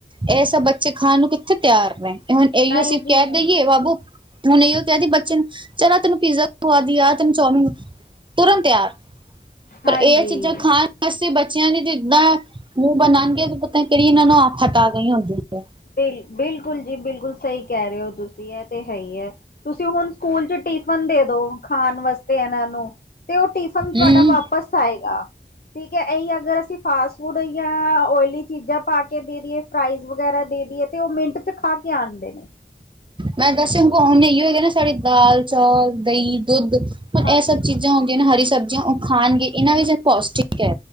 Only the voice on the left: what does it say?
ਨਹੀਂ
ਜੀ
ਨਹੀਂ
ਹਾਂਜੀ
ਬਿਲ ਬਿਲਕੁਲ ਜੀ ਬਿਲਕੁਲ ਸਹੀ ਕਹਿ ਰਹੇ ਹੋ ਤੁਸੀਂ ਇਹ ਤੇ ਹੈ ਹੀ। ਤੁਸੀਂ ਹੁਣ ਸਕੂਲ ਚ ਟਿਫਨ ਦੇ ਦੋ ਖਾਣ ਵਾਸਤੇ ਇਹਨਾਂ ਨੂੰ ਤੇ ਉਹ ਟਿਫਨ ਤੁਹਾਡਾ
ਵਾਪਿਸ ਆਏਗਾ। ਠੀਕ ਹੈ ਏਹ ਅਗਰ ਅਸੀਂ ਫਾਸਟ ਫੂਡ ਯ ਓਇਲੀ ਚੀਜ਼ਾਂ ਪਾ ਦੇ ਦੇਏ ਫਰਾਈਜ਼ ਵਗੈਰਾ ਦੇ ਦੀ ਹੈ ਤੇ ਉਹ ਮਿੰਟ ਚ ਖਾ ਕੇ ਆਣਦੇ ਨੇ।
ਹਾਂਜੀ